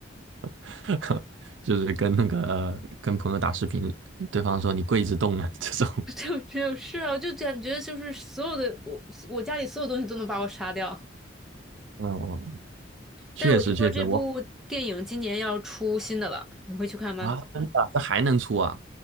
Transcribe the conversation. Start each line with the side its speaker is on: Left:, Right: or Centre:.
Right: <laughs> 就是跟那个跟朋友打视频，对方说你跪着动了这种。
Centre: 就就是啊，就感觉就是所有的我我家里所有东西都能把我杀掉。
Right: 嗯嗯确实确实，
Centre: 但是我听说这部电影今年要出新的了，
Right: 我
Centre: 你会去看吗？
Right: 啊，真的啊，这还能出啊？